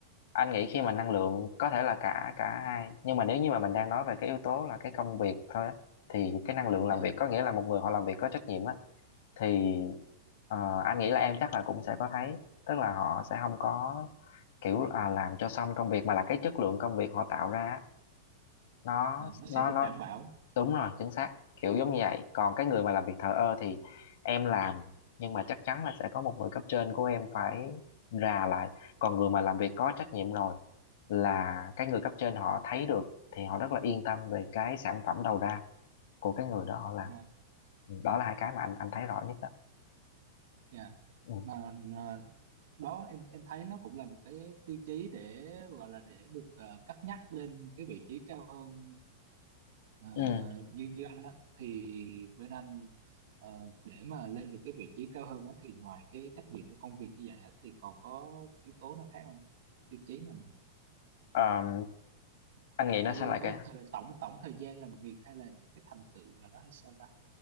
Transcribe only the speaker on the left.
anh nghĩ khi mà năng lượng có thể là cả cả hai nhưng mà nếu như mà mình đang nói về cái yếu tố là cái công việc thôi á thì cái năng lượng
làm việc có nghĩa là một người họ làm việc có trách nhiệm á thì ờ, anh nghĩ là em chắc là cũng sẽ có thấy tức là họ sẽ không có kiểu à, làm cho xong công việc mà là cái chất lượng công việc họ tạo ra á, nó
nó
nó
đúng rồi chính xác kiểu giống như vậy còn cái người mà làm việc thờ ơ thì em làm nhưng mà chắc chắn là sẽ có một người cấp trên của em phải rà lại còn người mà làm việc có trách nhiệm rồi là cái người cấp trên họ thấy được thì họ rất là yên tâm về cái sản phẩm đầu ra của cái người đó họ làm
Ừ, đó là hai cái mà anh anh thấy rõ nhất đó
ừ.
Ừ.
Ờm, anh nghĩ
nó sẽ
lại
cái